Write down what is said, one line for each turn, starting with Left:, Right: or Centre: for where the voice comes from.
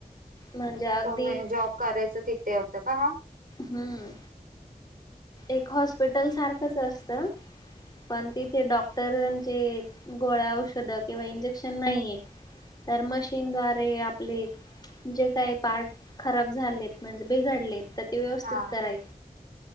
Left: म्हणजे अगदी
Right: तुम्ही जॉब करायचं तिथे होतं का हा?
Left: हुं. एक हॉस्पिटल सारखच असतं. पण तिथे डॉक्टरांचे गोळ्या, औषधं किंवा इंजेक्शन नाहीये. तर मशीनद्वारे आपले जे काही पार्ट खराब झालेत म्हणजे बिघडलेत तर ते व्यवस्थित
Right: हा
Left: कराय